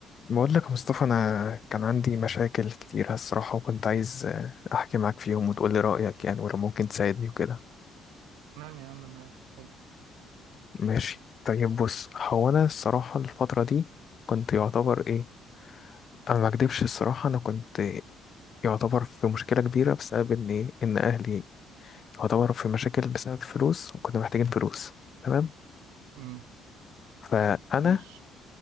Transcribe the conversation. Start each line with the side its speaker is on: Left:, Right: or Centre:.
Left: بقول لك يا مصطفى انا كان عندي مشاكل كتير الصراحه وكنت عايز آه، احكي معاك فيهم وتقول لي رايك يعني ولو ممكن تساعدني وكده
Right: تمام يا عم معاك اتفضل
Left: ماشي طيب بص هو انا الصراحه الفتره دي كنت يعتبر ايه انا ما اكدبش الصراحه انا كنت يعتبر في مشكله كبيره بسبب ان ايه ان اهلي يعتبر في مشاكل بسبب فلوس وكنا محتاجين فلوس تمام
Right: امم
Left: فانا
Right: ماشي